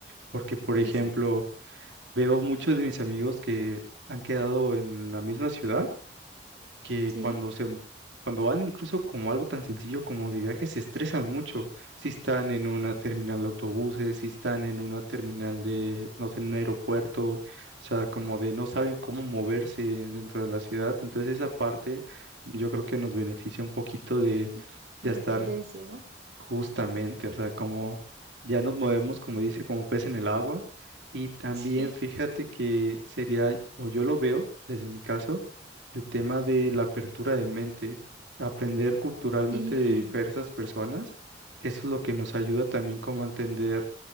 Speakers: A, on the right; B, on the right.
A: Porque, por ejemplo,
B: Exacto.
A: veo muchos de mis amigos que han quedado en la misma ciudad que
B: Sí.
A: cuando se, cuando van incluso como algo tan sencillo como de viaje, se estresan mucho. Si están en una terminal de autobuses, si están en una terminal de, no sé, en un aeropuerto, o sea, como de no saben cómo moverse dentro de la ciudad. Entonces esa parte yo creo que nos beneficia un poquito de
B: Y-
A: ya
B: Independencia,
A: estar
B: ¿no?
A: Justamente, o sea, como ya nos movemos, como dice, como pez en el agua. Y también
B: <laughs> Sí.
A: fíjate que sería, o yo lo veo desde mi caso, el tema de la apertura de mente, aprender culturalmente
B: Sí,
A: de diversas personas, eso es lo que nos ayuda también como a entender